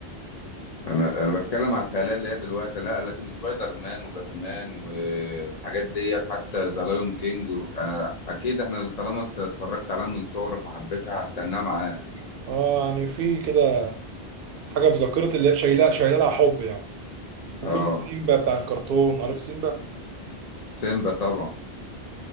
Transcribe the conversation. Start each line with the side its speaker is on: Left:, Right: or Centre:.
Left: انا انا بتكلم على الخيال اللي هي دلوقتي لا لكن سبايدر مان وباتمان والحاجات ديت حتى ذا لايون كينج و... أنا اكيد احنا طالما انت اتفرجت عليها من صغرك وحبيتها هتتناها معاه
Right: اه يعني في كده حاجه في ذاكرتي اللي هي شايلها شايلها لها حب يعني وفيلم
Left: اه
Right: سيمبا بتاع الكرتون عارف سيمبا
Left: سيمبا طبعا